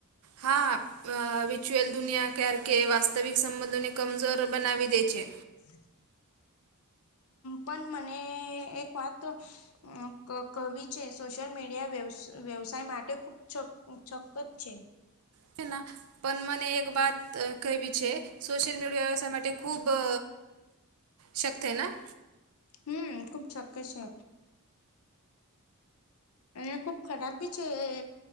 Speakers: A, on the right; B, on the left.
A: હા વિચ્યુઅલ દુનિયા ક્યારેકે વાસ્તવિક સંબંધોને કમજોર બનાવી દે છે.
B: હ <inaudible> પણ મને એક વાત તો ક કવિ છે સોશિયલ મીડિયા વ્ય વ્યવસાય માટે ખૂબ છો છોક્કત છે.
A: છે ના પણ મને એક વાત કહેવી છે સોશિયલ મીડિયા વ્યવસાય માટે ખૂબ અ શક્યના
B: હમ ખુબ ચોક્કસ છે અને ખુબ ખરાબ બી છે એ